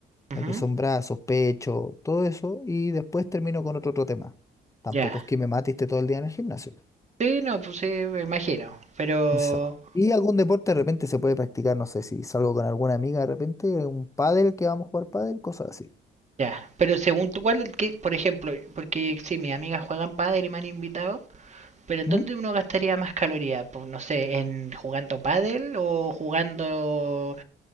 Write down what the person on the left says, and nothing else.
lo que son brazos, pecho, todo eso, y después termino con otro, otro tema. Tampoco
es que me matiste todo el día en el gimnasio.
Exacto. Y algún deporte de repente se puede practicar, no sé, si salgo con alguna amiga de repente, un pádel que vamos a jugar pádel, cosas así.
¿Mm?